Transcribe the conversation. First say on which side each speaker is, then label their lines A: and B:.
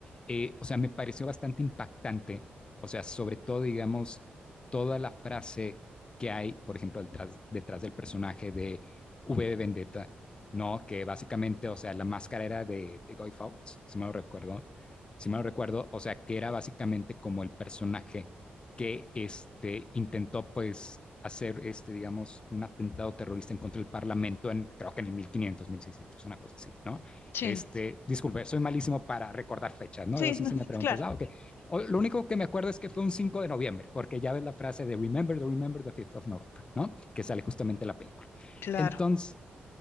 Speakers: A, on the left (about 25°); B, on the left (about 80°).
A: eh, o sea, me pareció bastante impactante, o sea, sobre todo, digamos, toda la frase que hay, por ejemplo, detrás, detrás del personaje de V de Vendetta, ¿no? Que básicamente, o sea, la máscara era de, de Guy Fawkes, si me lo recuerdo, si me lo recuerdo, o sea, que era básicamente como el personaje que este, intentó, pues, hacer, este, digamos, un atentado terrorista en contra del Parlamento en, creo que en el 1500, 1600, una cosa así, ¿no?
B: Sí,
A: Este, disculpe, soy malísimo para recordar fechas, ¿no?
B: sí,
A: Es así
B: no,
A: si
B: <laughs>
A: me preguntas,
B: claro,
A: ah, ok. O- lo único que me acuerdo es que fue un 5 de noviembre, porque ya ves la frase de remember, the remember the 5 of November, ¿no? Que sale justamente en la película.
B: claro.
A: Entonces,